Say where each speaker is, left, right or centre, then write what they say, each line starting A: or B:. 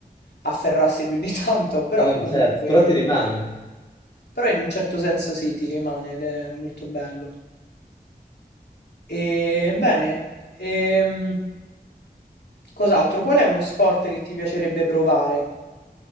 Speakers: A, on the left (about 85°); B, on the left (about 25°).
A: afferrassi più di <laughs> tanto, però
B: No, no,
A: comunque,
B: certo, però ti rimane.
A: però in un certo senso sì, ti rimane ed è molto bello. E, bene, ehm, cos'altro? Qual è uno sport che ti piacerebbe provare?